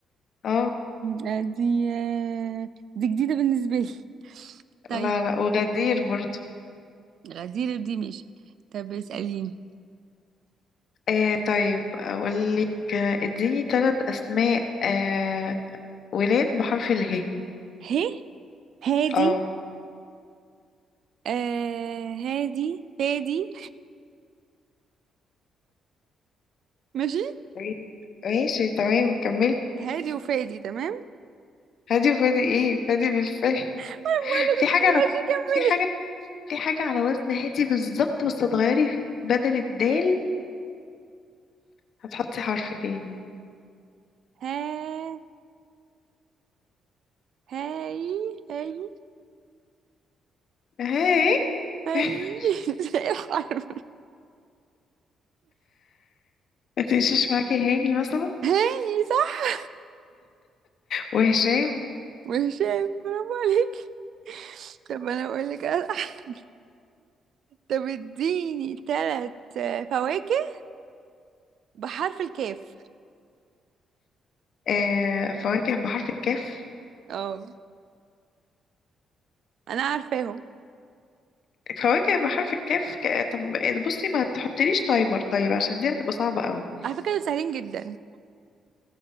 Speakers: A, on the left (about 60°); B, on the right (about 65°).
A: اه
B: لا، دي آه، دي جديدة بالنسبة لي طيب
A: لا لا وغدير برضو
B: غدير دي ماشي طب اسأليني
A: آه طيب اقول لك آه، اديني ثلاث اسماء آه ولاد بحرف اله
B: هي هادي
A: اه
B: آه هادي فادي ماشي
A: قولي. ماشي تمام كملي
B: هادي وفادي تمام
A: هادي وفادي ايه فادي بالفعل <laughs>
B: بقول
A: في
B: لك
A: حاجة
B: انت ماشي
A: أنا
B: كملي
A: في حاجة في حاجة على وزن هادي بالظبط بس هتغيري بدل الدال هتحطي حرف تاني
B: ها هاي هاي
A: هاي
B: هاي
A: <laughs>
B: <laughs> زي الحرف
A: متمشيش معاكي هاني مثلا
B: هاي صح
A: وهشام
B: وهشام برافو عليك طب انا اقول لك أنا- طب اديني ثلاث فواكه بحرف الكاف
A: آه فواكه بحرف الكاف
B: اه انا عارفاهم
A: فواكه بحرف الكاف ك... طب بصي ما تحطليش تايمر طيب عشان دي هتبقى صعبة قوي
B: على فكره دول سهلين جدا